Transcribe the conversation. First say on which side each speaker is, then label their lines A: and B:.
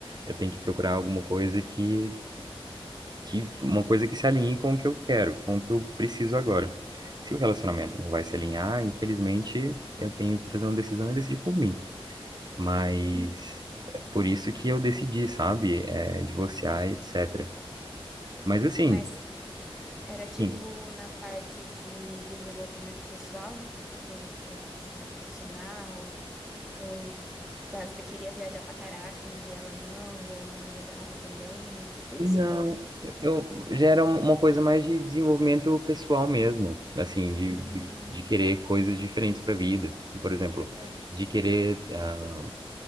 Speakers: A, on the right; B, in the centre.
A: eu tenho que procurar alguma coisa que, que uma coisa que se alinhe com o que eu quero, com o que eu preciso agora. Se o relacionamento não vai se alinhar, infelizmente, eu tenho que fazer uma decisão e decidir por mim. Mas
B: Hum.
A: é por isso que eu decidi, sabe, é, divorciar, etc. Mas assim,
B: Mas era tipo
A: Sim.
B: na parte de desenvolvimento pessoal, tipo, é, sei lá, profissional, ou tá, você queria viajar pra caraca e ela não, ou não ajudava também, tipo isso?
A: não,
B: Ou...
A: eu já era um, uma coisa mais de desenvolvimento pessoal mesmo, assim, de,
B: Uhum.
A: de, de querer coisas diferentes para a vida, por exemplo,
B: É.
A: de querer ah,